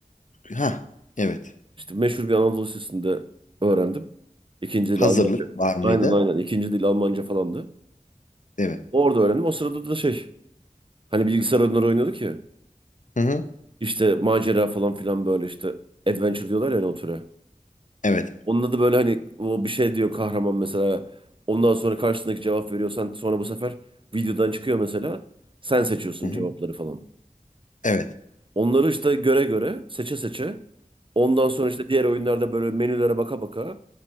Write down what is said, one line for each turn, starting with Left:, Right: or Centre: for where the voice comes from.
Left: ha evet.
Right: İşte meşhur bir Anadolu Lisesi'nde öğrendim. İkinci dil
Left: Hazırlık
Right: Almanca.
Left: var mıydı?
Right: Aynen aynen. İkinci dil Almanca falandı.
Left: Evet.
Right: Orada öğrendim. O sırada da şey. Hani bilgisayar oyunları oynuyorduk ya.
Left: Hı hı.
Right: İşte macera falan filan böyle işte adventure diyorlar ya hani o türe.
Left: Evet.
Right: Onun adı böyle hani o bir şey diyor kahraman mesela. Ondan sonra karşısındaki cevap veriyor. Sen sonra bu sefer videodan çıkıyor mesela. Sen seçiyorsun
Left: Hı hı.
Right: cevapları falan.
Left: Evet.
Right: Onları işte göre göre seçe seçe. Ondan sonra işte diğer oyunlarda böyle menülere baka baka.